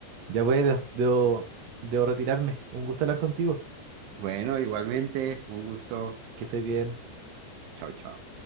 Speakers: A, on the right; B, on the right.
A: Ya voy, debo, debo debo retirarme. Un gusto hablar contigo.
B: Bueno, igualmente, un gusto.
A: Que estés bien.
B: Chao, chao.